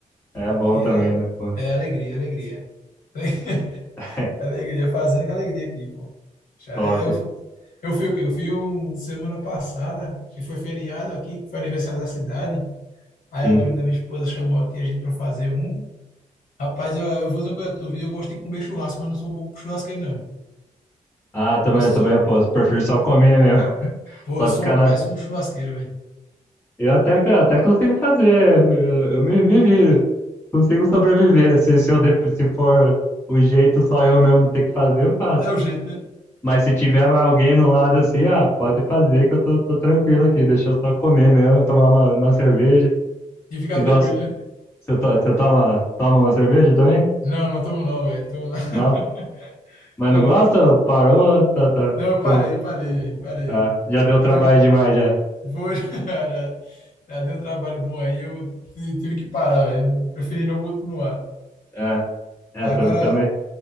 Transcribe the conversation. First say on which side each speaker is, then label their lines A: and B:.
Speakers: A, on the left; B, on the left.
A: É
B: Aqui
A: bom também,
B: é,
A: né, pô.
B: é alegria, alegria. <laughs>
A: <laughs>
B: Alegria, fazendo com alegria aqui, pô. Já,
A: Top,
B: é, eu, eu fui o quê? Eu fui um- semana passada, que foi feriado aqui, que foi aniversário da cidade. Aí
A: sim.
B: o primo da minha esposa chamou aqui a gente para fazer um. Rapaz, eu, eu vou dizer uma coisa, a tu viu? Eu gosto de comer churrasco, mas não sou bom churrasqueiro, não.
A: Ah, também,
B: Eu sou,
A: também eu posso. Prefiro só comer mesmo. <laughs>
B: pô,
A: Só
B: eu sou
A: ficar
B: um
A: na.
B: péssimo churrasqueiro, velho.
A: Eu até, até consigo fazer. Eu, eu me, me viro. Consigo sobreviver. Se, se, eu de- se for o jeito só eu mesmo ter que fazer, eu faço.
B: É o jeito, né?
A: Mas se tiver mais alguém no lado assim, ah, pode fazer que eu tô, tô tranquilo aqui. Deixa eu só comer mesmo, tomar uma, uma cerveja.
B: E ficar
A: E gosto.
B: tranquilo, né?
A: Você, to, você toma, toma uma cerveja também?
B: Não, não tomo não, velho. Tomo não. <laughs>
A: Não? Mas
B: Tomo
A: não gosta?
B: não, tô...
A: Parou? Tá, tá.
B: Não, eu parei,
A: Com-
B: parei, velho, parei.
A: ah, já deu trabalho
B: Eu
A: demais já.
B: Vou, <laughs> já, já deu um trabalho bom aí, eu t- tive que parar, velho. Preferi não continuar.
A: É, é,
B: Agora,
A: também, também.